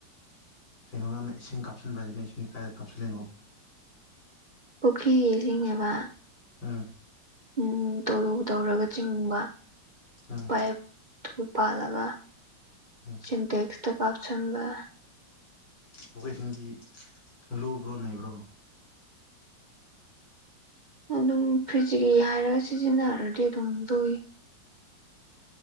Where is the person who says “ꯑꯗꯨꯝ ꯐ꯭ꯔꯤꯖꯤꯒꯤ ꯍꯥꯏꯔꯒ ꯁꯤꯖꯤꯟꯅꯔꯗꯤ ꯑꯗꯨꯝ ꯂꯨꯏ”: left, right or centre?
Right